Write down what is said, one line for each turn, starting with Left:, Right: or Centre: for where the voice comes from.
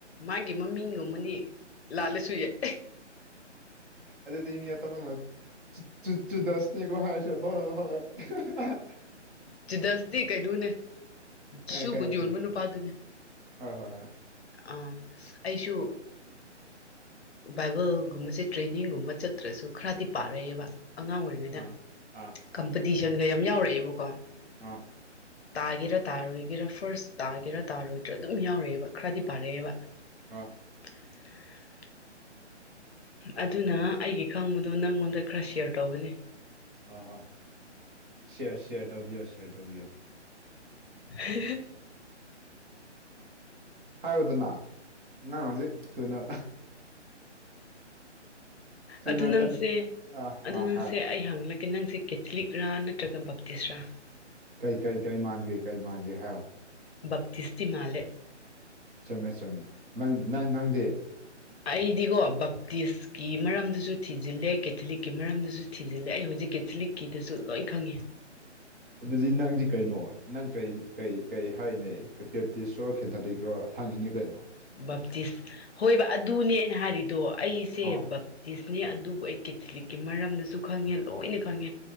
Left: ꯃꯥꯒꯤ ꯃꯃꯤꯡꯒꯨꯝꯕꯅꯤ ꯂꯥꯜꯂꯁꯨ ꯌꯥꯏ
Right: ꯑꯗ ꯊꯃꯤꯌꯥ ꯇꯃꯅ ꯆꯨ ꯆꯨꯗꯁ ꯅꯤꯒꯣ ꯍꯁꯨ ꯍ ꯍꯣꯏ ꯍꯣꯏ <unintelligible> <inaudible>
Left: ꯖꯤꯗꯁꯇꯤ ꯀꯩꯅꯣꯅꯦ
Right: ꯈꯪꯉꯦ
Left: ꯁꯕꯨ
Right: ꯈꯪꯉꯦ
Left: ꯌꯣꯟꯕ
Right: ꯈꯪꯉꯦ
Left: ꯅꯨꯄꯥꯗꯨꯅꯦ
Right: ꯍꯣꯏ ꯍꯣꯏ ꯍꯣꯏ <unintelligible> <inaudible>
Left: ꯑ ꯑꯩꯁꯨ ꯕꯥꯏꯕꯜꯒꯨꯝꯕꯁꯦ ꯇ꯭ꯔꯦꯅꯤꯡꯒꯨꯝꯕ ꯆꯠꯇ꯭ꯔꯁꯨ ꯈꯔꯗꯤ ꯄꯥꯔꯛꯑꯕ ꯑꯉꯥꯡ ꯑꯣꯏꯔꯤꯉꯩꯗ
Right: ꯑꯥ ꯑꯥ
Left: ꯀꯝꯄꯤꯇꯤꯁꯟꯒ ꯌꯥꯝ ꯌꯥꯎꯔꯛꯑꯦꯕꯀꯣ
Right: ꯎꯝ <unintelligible> <inaudible>
Left: ꯇꯥꯒꯦꯔꯥ ꯇꯥꯔꯣꯏꯒꯦꯔꯥ ꯐꯥꯔꯁ ꯇꯥꯒꯦꯔꯥ ꯇꯥꯔꯣꯏꯗꯔꯥ ꯑꯗꯨꯝ ꯌꯥꯎꯔꯛꯑꯦꯕ ꯈꯔꯗꯤ ꯄꯥꯔꯛꯑꯦꯕ
Right: ꯑꯥ <unintelligible> <inaudible>
Left: <unintelligible> <inaudible> ꯑꯗꯨꯅ ꯑꯩꯒꯤ ꯈꯪꯕꯗꯣ ꯅꯪꯉꯣꯟꯗ ꯈꯔ ꯁꯤꯌꯔ ꯇꯧꯕꯅꯦ
Right: ꯑ ꯍꯣꯏ ꯁꯤꯌꯔ ꯁꯤꯦꯌꯔ ꯇꯧꯕꯤꯌꯣ ꯁꯤꯌꯔ ꯇꯧꯕꯤꯌꯣ
Left: ꯍ ꯍ <unintelligible> <inaudible>
Right: ꯍꯥꯏꯌꯨꯗꯅ ꯅꯪ ꯍꯧꯖꯤꯛ ꯊꯨꯅ ꯊꯨꯅ
Left: ꯑꯗꯨ ꯅꯪꯁꯦ
Right: ꯀꯟ ꯑꯥ
Left: ꯑꯗꯨ
Right: ꯑꯥ
Left: ꯅꯪꯁꯦ
Right: ꯍꯥꯏ
Left: ꯑꯩ ꯍꯪꯂꯛꯒꯦ ꯅꯪꯁꯦ ꯀꯦꯊꯂꯤꯛꯔꯥ ꯅꯠꯇ꯭ꯔꯒ ꯕꯞꯇꯤꯁꯔꯥ
Right: ꯀꯩ ꯀꯩ ꯀꯔꯤ ꯃꯥꯟꯒꯦ ꯀꯩ ꯃꯥꯟꯒꯦ ꯍꯥꯏ
Left: ꯕꯞꯇꯤꯁꯇꯤ ꯃꯥꯂꯦ
Right: ꯆꯨꯝꯃꯦ ꯆꯨꯝꯃꯦ ꯅꯪ ꯅꯪ ꯅꯪꯗꯤ
Left: ꯑꯩꯗꯤꯒꯣ ꯕꯞꯇꯤꯁꯀꯤ ꯃꯔꯝꯗꯁꯨ ꯊꯤꯖꯤꯜꯂꯦ ꯀꯦꯊꯂꯤꯛꯀꯤ ꯃꯔꯝꯗꯁꯨ ꯊꯤꯖꯤꯜꯂꯦ ꯑꯩ ꯍꯧꯖꯤꯛ ꯀꯦꯊꯂꯤꯛꯀꯤꯗꯁꯨ ꯂꯣꯏ ꯈꯪꯉꯦ
Right: ꯑꯗꯨꯗꯤ ꯅꯪꯗꯤ ꯀꯩꯅꯣ ꯅꯪ ꯀꯩ ꯀꯩ ꯀꯩ ꯍꯥꯏꯅꯦ ꯄꯦꯞꯇꯤꯁꯔꯣ ꯈꯦꯊꯔꯤꯛ꯭ꯔꯣ ꯍꯪꯉꯤꯅꯦ ꯀꯩꯅꯣ
Left: ꯕꯥꯞꯇꯤꯁ ꯍꯣꯏꯕ ꯑꯗꯨꯅꯦ ꯑꯩꯅ ꯍꯥꯏꯔꯤꯗꯣ ꯑꯩꯁꯦ
Right: ꯑꯥ
Left: ꯆꯤꯁꯅꯦ ꯑꯗꯨꯕꯨ ꯑꯩ ꯀꯦꯊꯂꯤꯛꯀꯤ ꯃꯔꯝꯗꯁꯨ ꯈꯪꯉꯦ ꯂꯣꯏꯅ ꯈꯪꯉꯦ